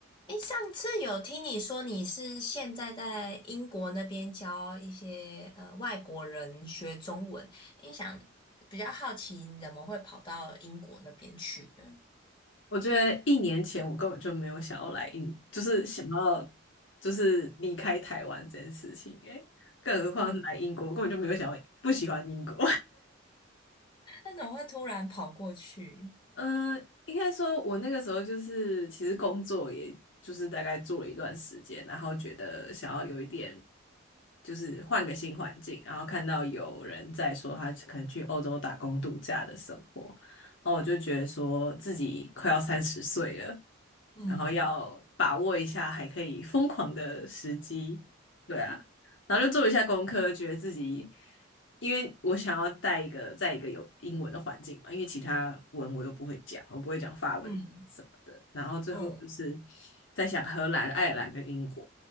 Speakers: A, on the left; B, on the left.
A: 诶，上次有听你说你是现在在英国那边教一些呃外国人学中文，你想比较好奇你怎么会跑到英国那边去呢？
B: 我觉得一年前我根本就没有想要来英，就是想要就是离开台湾这件事情，诶，更何况是来英国，
A: 嗯
B: 我根本就没有想要不喜欢英国。
A: <laughs>，那怎么会突然跑过去？
B: 嗯，应该说，我那个时候就是，其实工作也就是大概做了一段时间，然后觉得想要有一点，就是换个新环境，然后看到有人在说他可能去欧洲打工度假的生活，然后我就觉得说自己快要三十岁了，
A: 嗯
B: 然后要把握一下还可以疯狂的时机，对啊，然后就做了一下功课，觉得自己。因为我想要带一个在一个有英文的环境嘛，因为其他文我又不会讲，我不会讲法文什么的。
A: 嗯
B: 然后最后就是
A: 嗯，
B: 在想荷兰、爱尔兰跟英国，